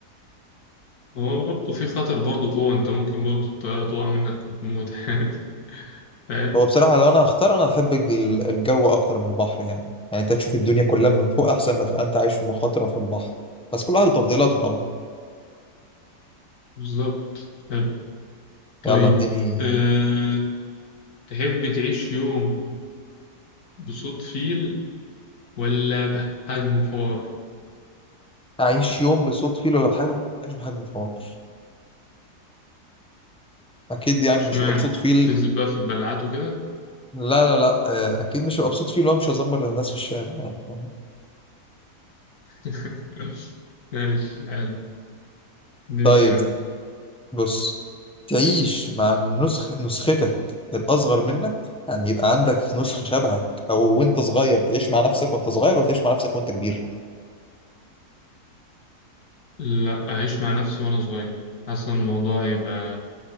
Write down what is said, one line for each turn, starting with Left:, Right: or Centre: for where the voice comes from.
Left: هو برضه في خطر برضه هو أنت ممكن برضه الطيارة تقع منك وتموت <laughs> عادي فاهم
Centre: هو بصراحة لو أنا هختار أنا أحب الج- الجو أكتر من البحر يعني يعني أنت تشوف الدنيا كلها من فوق أحسن ما تبقى أنت عايش في مخاطرة في البحر بس كل واحد وتفضيلاته طبعا
Left: بالظبط حلو طيب
Centre: يلا اديني
Left: أه... تحب تعيش يوم بصوت فيل ولا بحجم فار
Centre: أعيش يوم بصوت فيل ولا بحجم حمار أعيش بحجم حمار أكيد يعني
Left: اشمعنى
Centre: مش هبقى بصوت فيل
Left: تنزل بقى في البلعات وكده
Centre: لا لا لا آه، أكيد مش هبقى بصوت فيل وأنا مش هزمر للناس في الشارع يعني فاهم؟
Left: <laughs> ماشي حلو دي
Centre: طيب
Left: سؤال
Centre: بص تعيش مع نسخ نسختك الأصغر منك يعني يبقى عندك نسخة شبهك أو وأنت صغير تعيش مع نفسك وأنت صغير وتعيش مع نفسك وأنت كبير
Left: لا أعيش مع نفسي وأنا صغير حاسس إن الموضوع هيبقى